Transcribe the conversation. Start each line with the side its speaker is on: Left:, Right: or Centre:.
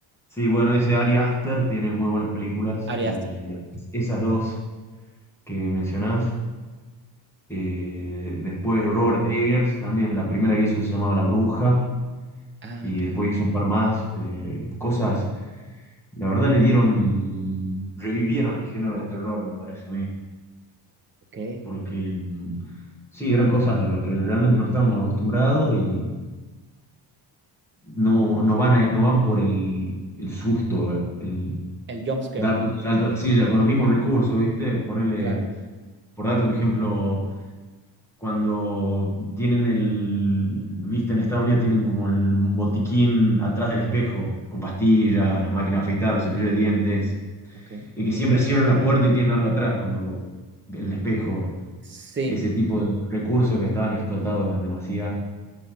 Centre: sí, bueno, ese Ari Aster tiene muy buenas películas.
Right: Ari
Centre: eh,
Right: Aster, correcto.
Centre: esas dos que mencionás Eh, después Robert Eggers, también la primera que hizo se llamaba La Bruja,
Right: Ah,
Centre: y
Right: claro.
Centre: después hizo un par más, eh, cosas, la verdad le dieron, revivieron el género de terror, me parece a mí,
Right: Ok.
Centre: porque mm, sí, eran cosas a las que realmente no estábamos acostumbrados y no, no van a- no van por el, el susto, el
Right: El jumpscare,
Centre: darte
Right: ¿no?
Centre: un salto a la silla con los mismos recursos, ¿viste? Ponerle,
Right: Claro.
Centre: por darte un ejemplo cuando tienen el, viste, en Estados Unidos tienen como el, un botiquín atrás del espejo, con pastillas, las máquinas de afeitar, los cepillos de dientes,
Right: Ok.
Centre: y que siempre cierran la puerta y tienen algo atrás cuando en el espejo,
Right: Sí,
Centre: ese tipo de recursos que estaban explotados en demasía.